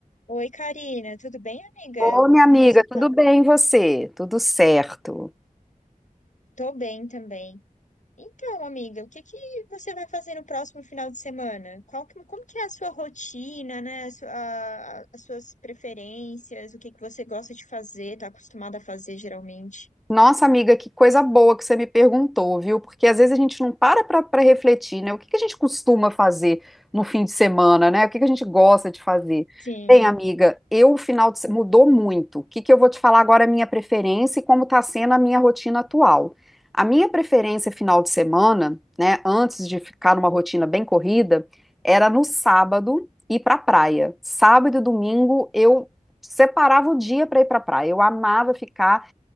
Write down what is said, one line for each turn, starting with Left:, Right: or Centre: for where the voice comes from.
Left: Oi, Karina, tudo bem, amiga?
Centre: Ô, minha
Left: Como
Centre: amiga,
Left: você tá?
Centre: tudo bem e você? Tudo certo.
Left: Tô bem também. Então, amiga, o que que você vai fazer no próximo final de semana? Qual que- como que é a sua rotina, né? A sua- a- a- as suas preferências, o que que você gosta de fazer, tá acostumada a fazer geralmente?
Centre: Nossa, amiga, que coisa boa que você me perguntou, viu? Porque às vezes a gente não para para refletir, né? O que que a gente costuma fazer no fim de semana, né? O que que a gente gosta de fazer?
Left: Sim.
Centre: Bem, amiga, eu o final de se- mudou muito. O que que eu vou te falar agora é a minha preferência e como está sendo a minha rotina atual. A minha preferência final de semana, né, antes de ficar numa rotina bem corrida, era no sábado ir para praia. Sábado e domingo eu separava o dia para ir para praia. Eu amava ficar